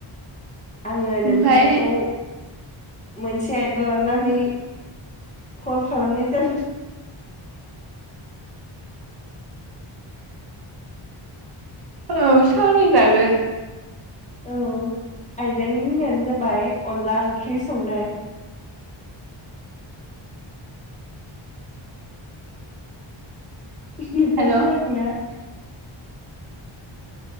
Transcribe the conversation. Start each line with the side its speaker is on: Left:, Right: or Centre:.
Left: आङो
Right: ओमफाय
Left: नोंथांखौ मोनसे आयदा लानानै कल खालामनाय जादों।
Right: औ सावराय जागोन।
Left: औ आयदानि मुङानो जाबाय अनला ओंख्रि संनाय। नोंथाङा
Right: हेलौ
Left: खोनादोंना?